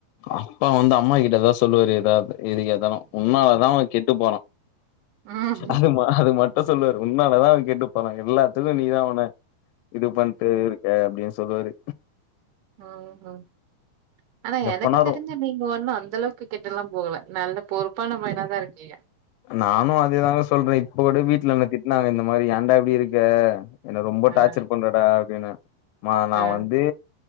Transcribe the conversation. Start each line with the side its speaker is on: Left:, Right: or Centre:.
Left: அப்பா வந்து அம்மா கிட்டதா சொல்லுவாரு எதாவது எதுக்கெத்தாலு
Right: ம்
Left: உன்னால தா அவ கெட்டு போறா
Right: ம்
Left: அதுமா அது மட்டு சொல்லுவாரு உன்னாலதா அவன் கெட்டுப்போறா எல்லாத்துக்கு நீதா அவன இது பண்ட்டு இரு க்க அப்டின் சொல்லுவாரு
Right: ம் ம் ஆனா
Left: எப்பனாரு
Right: எனக்கு தெரிஞ்சு நீ ங்க ஒன்னு அந்த அளவுக்கு கெட்டெல்லா போல நல்ல பொறுப்பான பையனாதா இருக்கீய
Left: நானு அதேதாங்க சொல்றே இப்ப கூட வீட்ல என்ன திட்னாங்க இந்த மாரி ஏண்டா இப்டி இருக்க என்ன ரொம்ப
Right: ஆ
Left: டார்ச்சர் பண்றடா அப்டின்னு மா நா
Right: ஆ
Left: வந்து